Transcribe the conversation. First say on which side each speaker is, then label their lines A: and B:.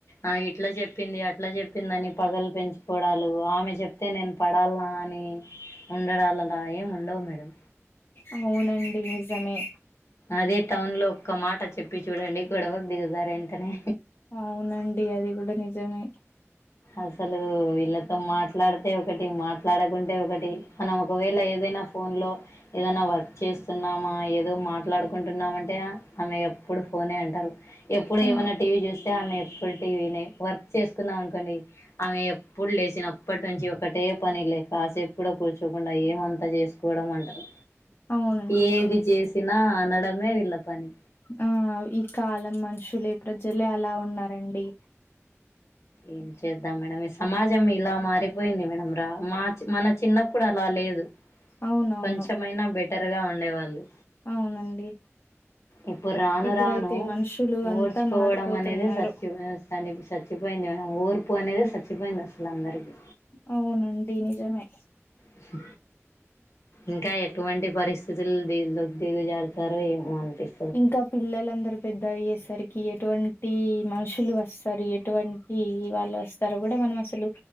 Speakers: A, on the left (about 65°); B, on the left (about 50°).
A: ఆ ఇట్లా చెప్పింది అట్లా చెప్ ప్పిందని పగలు పెంచుకోవడాలు ఆమె చెప్తే నేను పడల్నా అని ఉండడాలలా ఏం ఉండవు మేడం
B: అవునండి నిజమే
A: అదే టౌన్ లో ఒక్క మాట చెప్పి చూడండి గొడవ దిగుతారు వెంటనే
B: అవునండి అది కూడా నిజమే
A: అసలు వీళ్ళతో మాట్లాడితే ఒకటి మాట్లాడకుంటే ఒకటి మనం ఒకవేళ ఏదైనా ఫోన్లో ఏదన్న వర్క్ చేస్తున్నామా ఏదో మాట్లాడుకుంటున్నామంటే ఆమె ఎప్పుడు ఫోనే అంటారు ఎప్పుడు
B: ఆ
A: ఏమన్నా టీవీ చూస్తే ఆమె ఎప్పుడు టీవీనే వర్క్ చేసుకున్నాం అనుకోండి ఆమె ఎప్పుడు లేచినప్పటి నుంచి ఒకటే పని లేక కాసేపు కూడా కూర్చోకుండా ఏమంతా చేసుకో చూడ అంటారు
B: అవునండి
A: ఏది
B: నిజ్
A: చేసినా అనడమే వీళ్ళ పని
B: ఆ ఈ కాలం మనుషులే ప్రజలే అలా ఉన్నారండి
A: ఏం చేద్దాం మేడం ఈ సమాజం ఇలా మారిపోయింది మేడం రా మా మన చిన్నప్పుడు అలా లేదు
B: అవునవును
A: కొంచెమైనా బెటర్ గా ఉండేవాళ్ళు
B: అవునండి
A: ఇప్పుడు రాను
B: ఇప్పుడైతే
A: రాను
B: మనుషులు అంతా
A: ఓడ్చుకోవడం
B: మారిపోతున్నారు
A: అనేది సచి ఆ తని సచ్చి పయింది ఊర్పు అనేద సచ్చి పయింది అసలు అందరికీ
B: అవునండి నిజమే
A: స ఇంకా ఎటువంటి పరిస్థితులు దిగు దిగు జారుతారో ఏమో అనిపిస్తు
B: ఇంకా పిల్లలందరు పెద్ద అయ్యేసరికి ఎటువంటి మనుషులు వస్తారు ఎటువంటి ఈ ఇ వాళ్ళు వస్తారు కూడా మనం అసలు